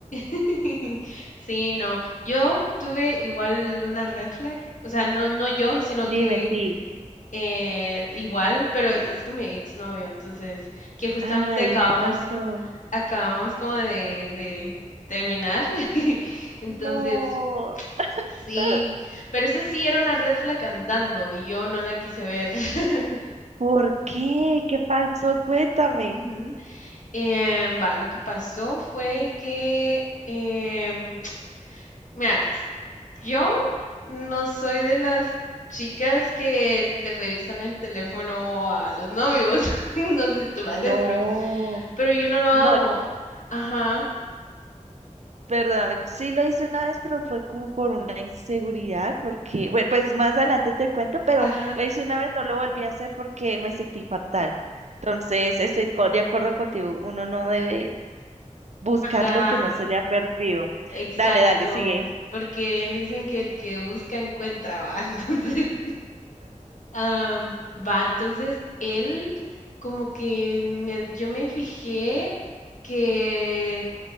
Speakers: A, on the left; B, on the right.
A: <laughs> Sí, no. Yo tuve igual una red flag. O sea, no, no yo, sino
B: Dime,
A: que
B: sí.
A: eh, igual, pero es que mi exnovio. Entonces, que justamente
B: Ay,
A: acabamos,
B: ¿qué pasó?
A: acabamos como de, de terminar. <laughs> Entonces,
B: No. <laughs>
A: sí.
B: Ah,
A: Pero ese sí era una red flag andando y yo no la quise ver. <laughs>
B: ¿Por qué? ¿Qué pasó? Cuéntame.
A: Ujú. Em, va, lo que pasó fue que, em, <tsk> mira, pues. Yo no soy de las chicas que le revisan el teléfono a los novios. <laughs> No sé si tú lo
B: No.
A: haces, pero, pero yo no lo hago.
B: No, yo
A: Ajá,
B: Perdóname, sí lo hice una vez, pero fue como por una inseguridad, porque, bueno, pues más adelante te cuento, pero
A: ajá,
B: lo hice una vez, no lo volví a hacer porque me sentí fatal. Entonces, estoy co- de acuerdo contigo, uno no debe buscar
A: ajá.
B: lo que no se le ha perdido.
A: <laughs> Exacto.
B: Dale, dale, sigue.
A: Porque bien dicen que el que busca encuentra, va. <laughs> Entonces, am, va. Entonces, él como que me- yo me fijé que